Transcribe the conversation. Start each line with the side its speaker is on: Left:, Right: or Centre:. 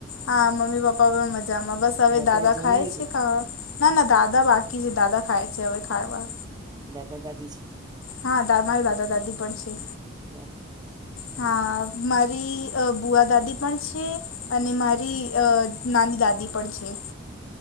Left: હા મમ્મી પપ્પા પણ મજામાં બસ હવે
Right: બધા
Left: દાદા
Right: જમી
Left: ખાય
Right: લીધું
Left: છે ખા ના ના દાદા બાકી છે દાદા ખાય છે હવે ખાવા.
Right: દાદા દાદી છે.
Left: હા મારા દાદા દાદી પણ છે.
Right: દાદી મા છે હમ
Left: હા મારી અ ભુઆ દાદી પણ છે અને મારી અ નાની દાદી પણ છે.